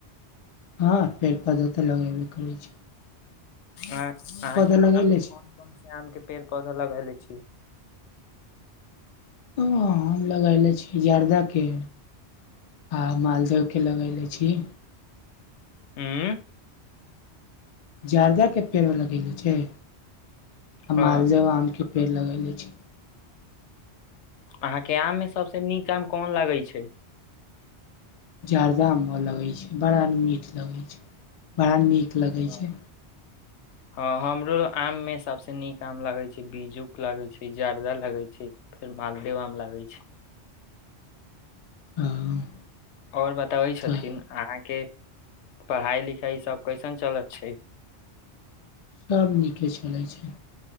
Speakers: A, on the left; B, on the left.
A: हँ पेड़ पौधा तऽ लगैबे करै छै
B: आ अहाँके
A: लगेले
B: आम मे
A: छी
B: कोन कोन से आम के पेड़ पौधा लगैले छियै
A: हँ हम लगैले छी जर्दाके आ मालदहो के लगैले छियै
B: उँ
A: जार्दा के पेड़ लगेले छै आ
B: अ
A: मालदेव आमके पेड़ लगाए लै छै
B: अहां के आम मे सबसे नीक आम कोन लागै छै
A: जरदा आम लगे छै बड़ा मीठ लगे छै बड़ा नीक
B: हँ।
A: लगै छै
B: हँ हमरो आम मे सबसे नीक आम लगै छै बीजूक लगै छै जर्दा लगै छै फेर मालदेव आम लागै छै
A: हँ
B: और बतबै छथिन
A: तऽ
B: अहाँके पढ़ाई लिखाई सब कैसन चलत छै
A: सब नीके चलै छै,